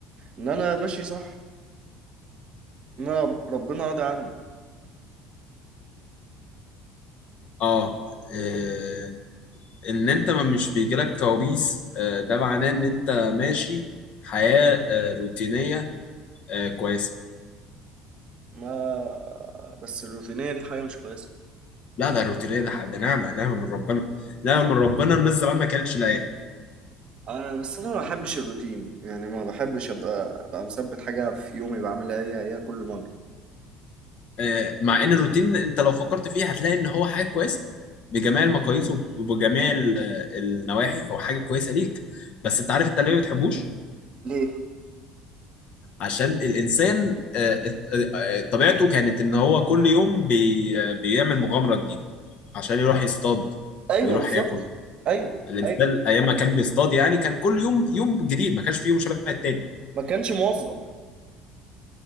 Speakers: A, on the right; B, on the left.
A: ان انا ماشي صح ان انا ربنا راضي عني
B: اه إيه، ان انت ما مش بيجيلك كوابيس آه، ده معناه ان انت ماشي حياة آه، روتينية آه، كويسة
A: ما بس الروتينية دي حاجة مش كويسة
B: لا ده روتينية ده ده نعمة نعمة من ربنا نعمة من ربنا الناس زمان ما كانتش لاقيها
A: انا بس انا ما بحبش الروتين يعني ما بحبش ابقى ابقى مثبت حاجة في يومي بعملها هي هي كل مرة
B: آه، مع ان الروتين انت لو فكرت فيه هتلاقي ان هو حاجة كويسة بجميع المقاييس وبجميع ال- النواحي هو حاجة كويسة ليك بس انت عارف انت ليه ما بتحبوش؟
A: ليه
B: عشان الانسان آه، آه، آه، طبيعته كانت ان هو كل يوم بي بيعمل مغامره جديده عشان يروح يصطاد
A: ايوه
B: ويروح
A: بالظبط
B: ياكل
A: ايوه
B: الانسان
A: ايوه
B: ايام ما كان بيصطاد يعني كان كل يوم يوم جديد ما كانش في يوم شبه التاني
A: ما كانش موظف